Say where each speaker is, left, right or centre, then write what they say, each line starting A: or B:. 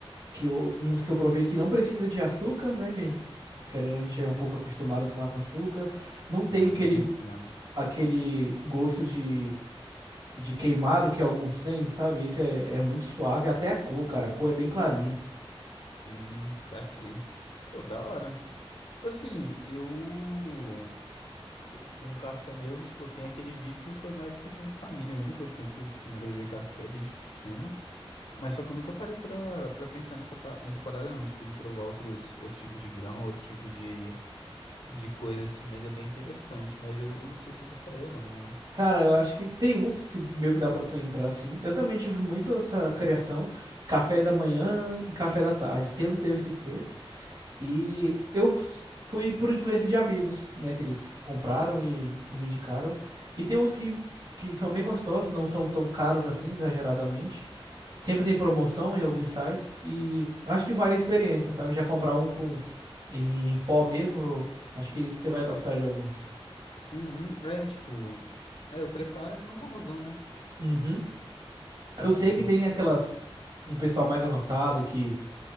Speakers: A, on the right (about 50°); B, on the left (about 65°).
A: que eu- um dos que eu provei que não precisa de açúcar, né? Que a gente, querendo, ou não, a gente é um pouco acostumado a tomar com açúcar. Não tem
B: Ah,
A: aquele,
B: bem acostumado.
A: aquele gosto de, de queimado que alguns têm, sabe? Esse é, é muito suave, até a cor, cara. A cor é bem clarinha.
B: Hum, saquei. Pô, da hora. Tipo assim, eu com café mesmo, tipo, eu tenho aquele vício, foi mais questão de família mesmo, que eu sempre fui acostumado a beber café desde pequeno. Mas só que eu nunca parei pra, pra pensar nessa, pa- nessa parada, não, tipo, de provar outros, outro tipo de grão, outro tipo de de coisa assim, mas é bem interessante. Mas eu, eu não sei se eu gostaria, não. né?
A: Cara, eu acho que tem uns que meio que dá pra tu entrar assim. Eu também tive muito essa criação, café da manhã e café da tarde, sempre teve que ter. E eu f- fui por influência de amigos, né, que eles compraram e, e me indicaram. E tem uns que, que são bem gostosos, não são tão caros assim, exageradamente. Sempre tem promoção em alguns sites e acho que vale a experiência, sabe? Já comprar um com em, em pó mesmo, acho que você vai gostar de alguns.
B: Uhum, é tipo, é, o preparo é normalzão, né?
A: Uhum.
B: Saquei.
A: Eu sei que tem aquelas um pessoal mais avançado que